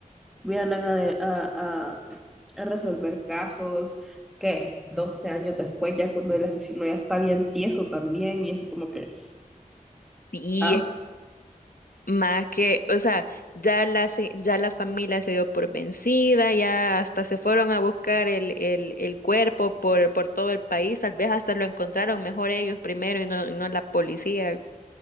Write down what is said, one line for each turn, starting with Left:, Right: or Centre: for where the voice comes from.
Centre: vienen a, a- a- a resolver casos que 12 años después, ya cuando el asesino ya está bien tieso también, y es como que,
Left: Y
Centre: ah,
Left: Más que, o sea, ya la, se- ya la familia se dio por vencida, ya hasta se fueron a buscar el, el, el cuerpo por, por todo el país, tal vez hasta lo encontraron mejor ellos primero y no, y no la policía.